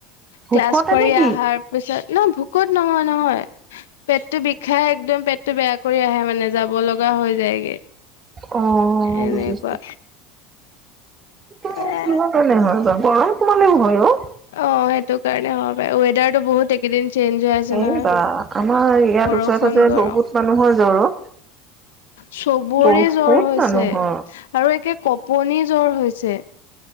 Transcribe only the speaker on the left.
ক্লাছ কৰি
অহাৰ পিছত ন ভোকত। নহয়-নহয় পেটটো বিষাই। একদম পেটটো বেয়া কৰি আহে মানে, যাব লগা হৈ যায়গে।
এনেকুৱা
এ
অ 'সেইটো কাৰণে হ বাৰু ৱেডাৰটো বহুত কেইদিন চেইঞ্জ হৈ আছে
না
বৰষুণ
গৰম
চবৰে
জ্বৰ হৈছে
আৰু একে কপনি জ্বৰ হৈছে ছে।